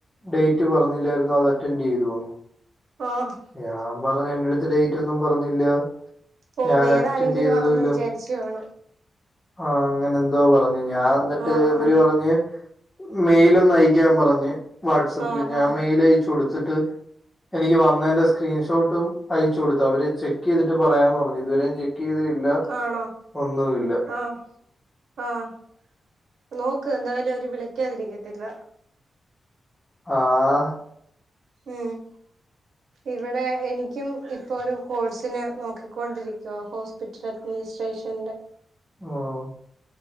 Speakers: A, on the left; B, on the right.
A: ഡേറ്റ് പറഞ്ഞില്ലായിരുന്നൊ അത് അറ്റൻറ്റെയ്തോന്ന്‌.
B: ആഹ്.
A: ഞാൻ പറഞ് എന്റെടുത്ത് ഡേറ്റ് ഒന്നും പറഞ്ഞില്ല.
B: ഓ
A: ഞാൻ
B: വേറെ
A: അറ്റൻഡ്
B: ആരെങ്കിലും
A: ചെയ്തതുല്ല.
B: ആണെന്ന് വിചാരിച്ചു കാണും
A: ആ അങ്ങനെന്തോ പറഞ്ഞു. ഞാൻ എന്നിട്ട്
B: ആഹ്
A: ഇവര്
B: ആഹ്
A: പറഞ്ഞ്, മെയിലൊന്ന് അയക്കാൻ പറഞ്ഞ് വാട്സപ്പില്.
B: ആഹ്
A: ഞാൻ
B: ആഹ്
A: മെയില് അയച്ചു കൊടുത്തിട്ടു എനിക്ക് വന്നേ ന്റെ സ്ക്രീൻഷോട്ടും അയച്ചു കൊടുത്തു. അവര് ചെക്ക് ചെയ്തിട്ട് പറയാന്ന് പറഞ് ഇതുവരേം ചെക്ക് ചെയ്ത ട്ടില്ല
B: ആണോ
A: ഒന്നുല്ല.
B: ആഹ് ആഹ് നോക്ക് എന്തായാലും അവര് വിളിക്കാതിരിക്കത്തില്ല
A: ആഹ്
B: ഉം ഇവിടെ എനിക്കും ഇപ്പോ ഒരു കോഴ്സിന് നോക്കിക്കൊണ്ടിരിക്കുവ ഹോസ് പിറ്റൽ അഡ്മിനിസ്ട്രേഷൻ്റെ
A: ഓഹ്